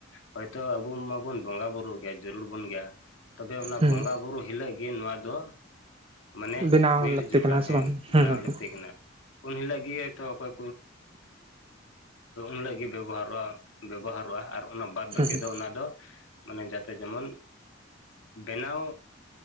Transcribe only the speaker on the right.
ᱦᱩᱸ
ᱵᱮᱱᱟᱣ
ᱞᱟᱹᱠᱛᱤ
ᱠᱟᱱᱟ ᱥᱮ
ᱵᱟᱝ ᱦᱩᱸ ᱦᱩᱸ
ᱦᱩᱸ
ᱦᱩᱸ